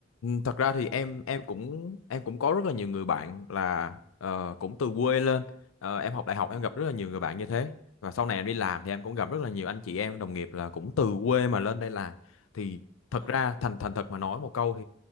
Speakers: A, on the left; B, on the right.
A: thật ra thì em
B: ừ
A: em cũng em cũng có rất là nhiều người bạn là ờ, cũng từ quê lên Ờ, em học đại học
B: ừ
A: em gặp rất là nhiều người bạn như thế và sau này em đi làm thì em cũng gặp rất là nhiều anh chị em đồng nghiệp là cũng từ quê mà lên đây làm thì thật
B: à
A: ra thành thành thật mà nói một câu